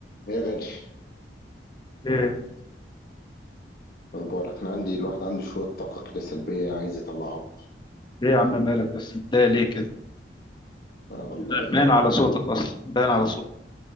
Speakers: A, on the left (about 55°); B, on the left (about 25°).
A: يا غالي إيه
B: ايه
A: اخبارك انا عندي الواحد عنده شويه طاقه كده سلبيه عايز يطلعها
B: ايه يا عم مالك بس متضايق ليه كده
A: آه والله يعني
B: باين على صوتك اصلا باين على صوتك